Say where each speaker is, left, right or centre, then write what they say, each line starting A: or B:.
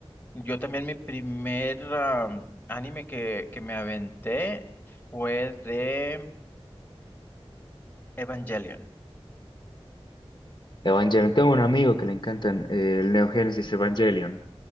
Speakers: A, on the left; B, on the left.
A: Yo también mi primer am, anime que, que me aventé fue de Evangelion.
B: Evangelion. Tengo un amigo que le encantan eh, el Neo Genesis Evangelion.